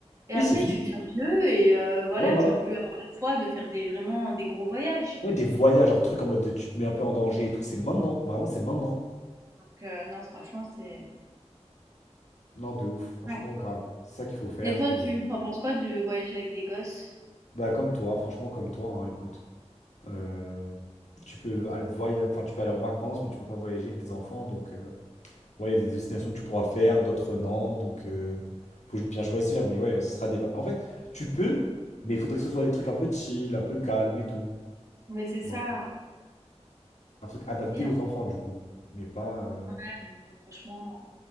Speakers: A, on the right; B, on the left.
A: Et
B: Oui,
A: après,
B: c'est fini.
A: tu deviens vieux et euh, voilà,
B: Ouais, voilà.
A: tu vas plus avoir la foi de faire des, vraiment des gros voyages.
B: Ouais, des voyages, genre truc en mode de, tu te mets un peu en danger et tout. C'est maintenant, vraiment, c'est maintenant.
A: Donc, euh, non, franchement, c'est.
B: Non, de ouf, franchement,
A: Ouais.
B: grave. C'est ça qu'il faut faire.
A: Et toi,
B: c'est-
A: tu en penses quoi du voyage avec des gosses?
B: Bah, comme toi, franchement, comme toi, hein, écoute. Euh, tu peux aller voya- enfin, tu peux aller en vacances, mais tu peux pas voyager avec tes enfants. Donc, euh, ouais, il y a des destinations que tu pourras faire, d'autres non. Donc, euh, faut bien choisir. Mais ouais, ce sera des. va- En fait, tu peux, mais il faudrait que ce soit des trucs un peu chill, un peu calme et tout.
A: Mais c'est
B: tu
A: ça,
B: vois. Un truc adapté
A: oui, en
B: aux
A: fait.
B: enfants, du coup. Mais pas, euh,
A: Ouais, mais bon, franchement.